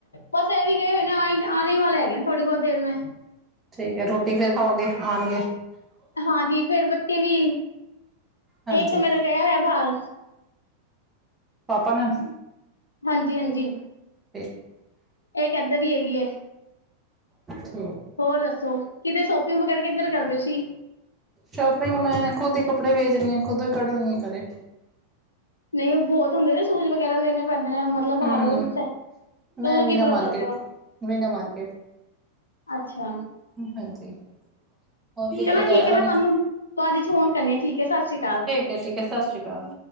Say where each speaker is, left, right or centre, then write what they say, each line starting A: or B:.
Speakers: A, on the left; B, on the right.
A: ਬਸ ਇਹ ਵੀ ਗਏ ਹੋਏ ਨੇ, ਆਈ ਆਣੇ ਵਾਲੇ ਹੈਗੇ ਨੇ ਥੋੜ੍ਹੀ ਬਹੁਤ ਦੇਰ ਮੇ।
B: ਠੀਕ ਐ। ਰੋਟੀ ਫੇਰ ਖਾਓਗੇ ਆਣਗੇ?
A: ਹਾਂਜੀ, ਫਿਰ ਬੱਚੇ ਵੀ
B: ਹਾਂਜੀ
A: ਏਕਮ ਮੇਰਾ ਗਿਆ ਹੋਇਆ ਬਾਹਰ
B: ਪਾਪਾ ਨਾਲ
A: ਹਾਂਜੀ, ਹਾਂਜੀ
B: ਠੀਕ ਹੇ
A: ਇਹ ਕਿੱਧਰ ਈ ਹੈਗੀ ਐ।
B: ਠੀਕ
A: ਹੋਰ ਦੱਸੋ ਕਿਤੇ ਸ਼ੋਪਿੰਗ ਵਗੈਰਾ ਕਿੱਧਰ ਕਰਦੇ ਸੀ।
B: ਸ਼ੋਪਿੰਗ ਮੈਂ ਖੁਦ ਈ ਕੱਪੜੇ ਵੇਚਣੀ ਅ ਆ, ਖੁਦੋਂ ਈ ਕੱਢਣੀ ਐ ਘਰੇ
A: ਨਹੀਂ ਉਹ ਬਹੁਤ ਹੁੰਦੇ ਨਾ ਸੂਜ ਵਗੈਰਾ ਲੈਣੇ ਪੈਂਦੇ ਨੇ ਮਤਲਬ ਬਾਹਰੋਂ
B: ਹਮ ਹਮ
A: ਸੇ, ਤੂੰ
B: ਮੈਂ ਮੀਨਾ
A: ਕਿੱਧਰੋਂ
B: ਮਾਰਕੀਟ
A: ਕਰਦੇ ਔ।
B: ਮੀਨਾ ਮਾਰਕਟ
A: ਅੱਛਾ
B: ਹਾਂਜੀ ਹੋਰ ਕਿਤੇ
A: ਚਲੋ
B: ਜਾਈਦਾ
A: ਠੀਕ ਐ ਮੈਂ
B: ਨੀ
A: ਤੁਹਾਨੂੰ ਬਾਦ ਚ ਫੋਨ ਕਰਨੀ ਅ, ਠੀਕ ਐ ਸਸਿ ਸੀਕਾਲ।
B: ਠੀਕ ਐ ਸਸਿਰੀ ਕਾਲ।